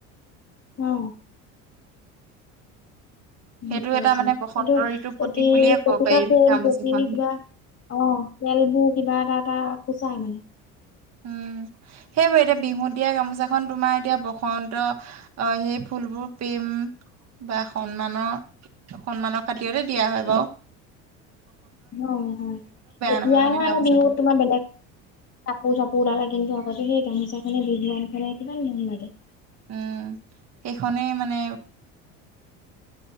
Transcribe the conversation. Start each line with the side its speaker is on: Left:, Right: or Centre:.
Left: উম। মহত্ব
Right: সেইটো এটা
Left: আছে
Right: মানে বসন্ত
Left: সেইটো
Right: ঋতুৰ প্ৰতীক
Left: প্ৰতি
Right: বুলিয়ে ক'ব
Left: প্ৰতি
Right: পাৰি
Left: বা ফুল
Right: গামোচাখন
Left: প্ৰতি কিবা অঁ খেলবোৰ কিবা এটা এটা সূচায় মানে
Right: উম। সেইবোৰে এতিয়া বিহুত দিয়া গামোচাখন তোমাৰ এতিয়া বসন্ত অ সেই ফুলবোৰ প্ৰেম বা সন্মানৰ, সন্মানৰ খাতিৰতে দিয়া হয় বাও।
Left: হয় হয় এতিয়াহে
Right: নহয় মানে
Left: মান
Right: গামোচাখন
Left: বিহুত তোমাৰ বেলেগ কাপোৰ-চাপোৰ <unintelligible> কিন্তু আগতে সেই গামোচাখনে বিহুৱান খনে কিমান মৰম লাগে।
Right: উম সেইখনেই মানে